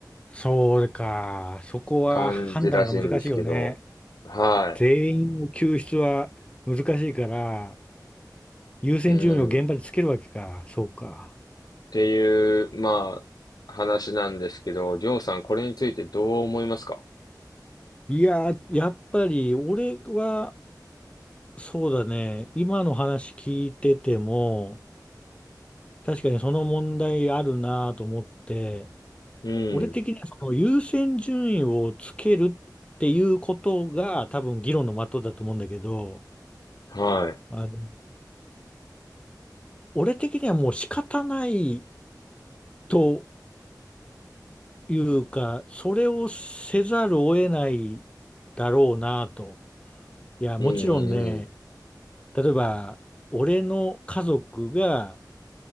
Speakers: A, on the left; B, on the left.
A: そうか。そこは判断が難しいよね。
B: 感じらしいんですけど、は
A: 全員の救出は難しいから、優先順位を現場でつけるわけか。
B: い。うん。っ
A: そうか。
B: ていう、まあ、話なんですけど、りょうさん、これについてどう思いますか
A: いやー、やっぱり俺は、そうだね。今の話聞いてても、確かにその問題あるなと思って、
B: うん。
A: 俺的にはその優先順位をつけるっていうことが多分議論の的だと思うんだけど、
B: は
A: あの、俺的にはもう仕方ないというか、それをせざるを得ないだろうなと。いや、もちろんね、
B: い。うんうん
A: 例えば、俺の家族が、